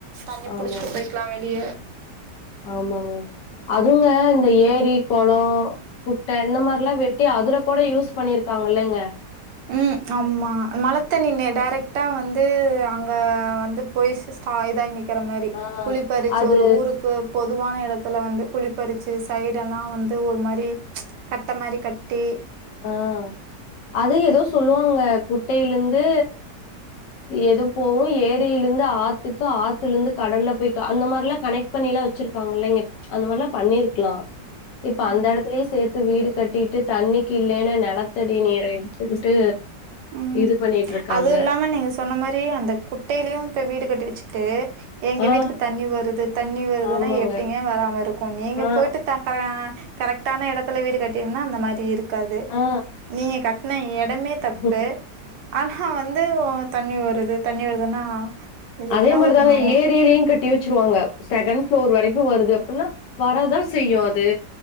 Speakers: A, on the right; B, on the left.
A: தண்ணி
B: ஆமாங்க
A: புடிச்சிட்டு போய்க்கலா வெளிய
B: ஆமாங்க அதுங்க இந்த ஏரி கொளோ குட்ட இந்த மாறிலா வெட்டி அதுல கூட யூஸ் பண்ணிருக்காங்கல்லங்க
A: ம் ஆமா மழ தண்ணி டேரெக்டா வந்து அங்க வந்து போய் சிஸ்டு இதாய் நிக் குற‌ மாரி
B: ஆ
A: குழி பறிச்சு
B: அது
A: ஒரு ஊருக்கு பொதுவான எடத்துல வந்து குழிப்பறிச்சு சைடெல்லா வந்து ஒரு மாறி கட்ட மாறி கட்டி
B: ஆ அது ஏதோ சொல்லுவாங்க குட்டையிலுந்து எது போவு ஏரில இந்து ஆத்துக்கு ஆத்துல இந்து கடல்ல போய் அந்த மாறிலா கனெக்ட் பண்ணிலா வச்சிருக்காங்க இல்லங்க அந்த மாறிலா பண்ணிருக்கலா இப்ப
A: ஆமா.
B: அந்த எடத்துலயே சேத்து வீடு கட்டிட்டு தண்ணி க்கு இல்லைன்னா நிலத்தடி நீர எடுத்துக்கிட்டு
A: ம்
B: இது பண்ணிட்டு இருக்காங்க.
A: அது இல்லாம நீங்க சொன்ன மாறி அந்த குட்டையிலயும் இப்ப வீடு கட்டி வச்சு கிட்டு எங்க
B: ஆ,
A: வீட்டுக்கு தண்ணி வருது தண்ணி வருதுன்னா
B: ஆமாங்க.
A: எப்டிங்க வராம இருக்கு நீங்க
B: ஆ,
A: போயிட்டு <unintelligible> கரெக்டான எடத்துல வீடு கட்டிருந்தா அந்த மாறி இருக் க்காது
B: ஆ
A: நீங்க கட்டின எடமே தப்
B: ம்
A: ஆஹா வந்து தண்ணி வருது தண்ணி வருதுன்னா இது
B: அதே
A: என்ன
B: மாரி
A: ஒரு
B: தாங்க
A: நியாயோ
B: ஏரியிலயும் கட்டி வச்சருவாங்க செகண்ட் ஃப்ளோர் வரைக்கு வருது அப்பின்னா வரதா செய்யு அது